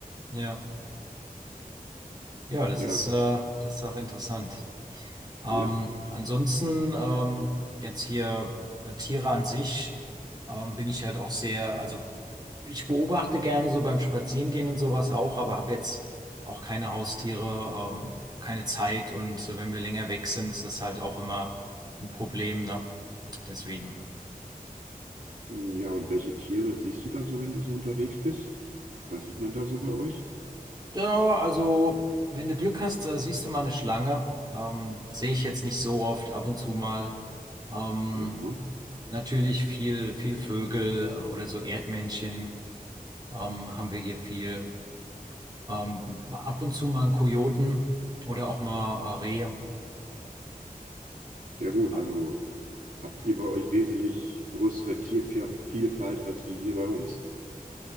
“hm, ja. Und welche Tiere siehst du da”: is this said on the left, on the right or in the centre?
Right